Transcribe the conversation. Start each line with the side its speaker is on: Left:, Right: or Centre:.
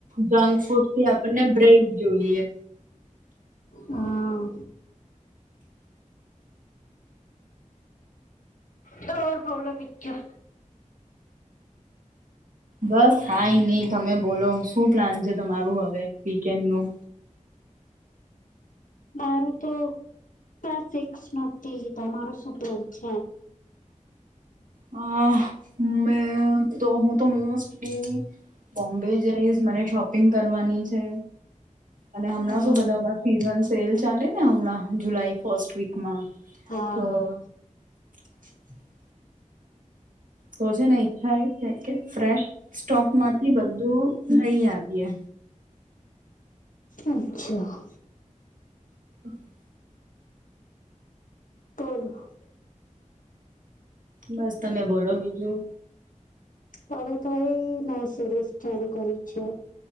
Right: જંકફૂડથી થી આપણને બ્રેક જોઈએ.
Left: હા. તો બોલો બીજું.
Right: બસ કાઈ નહીં તમે બોલો શું પ્લાન છે તમારું હવે વીકેન્ડનું?
Left: મારું તો <unintelligible> થી તમારો શું પ્લેન છે?
Right: હા મેં તો હું તો મોસ્ટલી બોમ્બે જઈશ મને શોપિંગ કરવાની છે. અને હમણાં
Left: હમ
Right: શું બધાં હમણાં સીઝન સેલ ચાલેને હમણાં જુલાઈ ફસ્ટ વીકમાં.
Left: હા
Right: તો
Left: હા.
Right: <unintelligible> તો છે ને ઈચ્છા એ છે કે ફ્રેશ સ્ટોકમાંથી બધું લઈ આવીએ.
Left: અચ્છા.
Right: <unintelligible>
Left: તો
Right: બસ તમે બોલો બીજું.
Left: હવે તો એ મેસરેસ ચાલુ કરી છે.